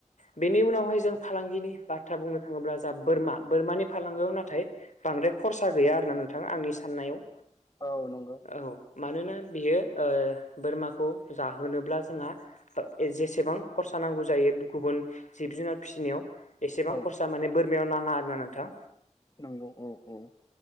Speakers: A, on the left (about 75°); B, on the left (about 30°).
A: बेनि उनावहाय जों फालांगिनि बाथ्रा बुंनो थाङोब्ला जा बोरमा बोरमानि फालांगोआव नाथाय बांद्राय खरसा गैया आरोना नोंथां आंनि साननायाव
B: औ नंगौ
A: औ मानोना बियो ओ बोरमाखौ जाहोनोब्ला जोंहा ओ जेसेबां खरसा नांगौ जायो गुबुन जिब जुनार फिसिनायाव एसेबां
B: औ
A: खरसा माने बोरमायाव नाङा आरोना नोंथां
B: नंगौ औ औ